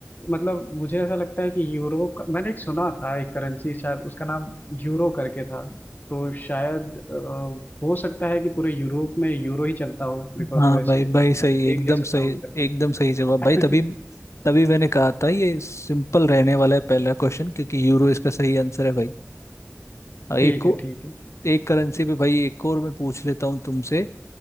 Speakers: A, on the left (about 40°); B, on the left (about 75°).
A: मतलब मुझे ऐसा लगता है कि यूरो का मैंने एक सुना था एक करेंसी शायद उसका नाम यूरो करके था तो शायद अ, हो सकता है कि पूरे यूरोप में यूरो ही चलता हो बिकॉज
B: हाँ
A: वो ऐसे
B: भाई भाई सही एकदम
A: एक जैसे
B: सही
A: साउंड करता
B: एकदम सही जवाब भाई
A: है
B: तभी
A: <laughs>
B: तभी मैंने कहा था ये सिंपल रहने वाला है पहला क्वेश्चन क्योंकि यूरो इसका सही आंसर है भाई और एक
A: ठीक
B: को
A: है ठीक है
B: एक करेंसी पे भाई एक और मैं पूछ लेता हूँ तुमसे